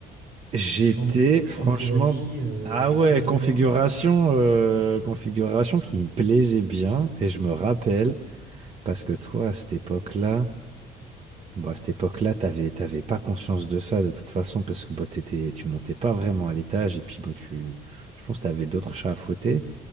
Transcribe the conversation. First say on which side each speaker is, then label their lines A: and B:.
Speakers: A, on the right; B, on the right.
A: J'étais
B: Chambre, euh, chambre
A: franchement.
B: privative, euh,
A: Ah
B: salle
A: ouais,
B: de
A: configuration,
B: bain
A: euh, configuration qui me plaisait bien. Et je me rappelle, parce que toi, à cette époque-là. Bon, à cette époque-là, t'avais, t'avais pas conscience de ça de toute façon parce que bon, t'étais, tu montais pas vraiment à l'étage et puis bon, tu, je pense que t'avais d'autres chats à fouetter.